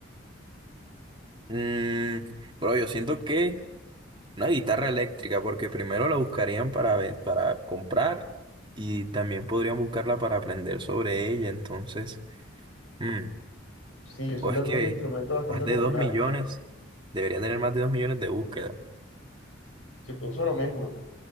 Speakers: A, on the right; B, on the left.
A: Mm, bro, yo siento que Una guitarra eléctrica, porque primero la buscarían para, ve- para comprar y también podrían buscarla para aprender sobre ella. Entonces, mm,
B: Sí, yo
A: pues
B: siento
A: que
B: que es un instrumento bastante
A: más
B: popular.
A: de dos millones, debería tener más de dos millones de búsquedas.
B: Si puso lo mismo.